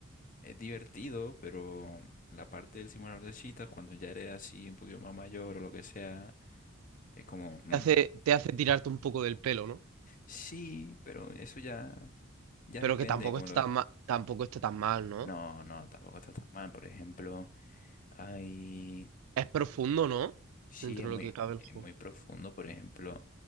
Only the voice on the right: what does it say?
Te hace, te hace tirarte un poco del pelo, ¿no?
Pero
que tampoco
está
tan mal, tampoco está tan mal, ¿no?
Es profundo, ¿no?
Dentro
de lo que cabe el
juego.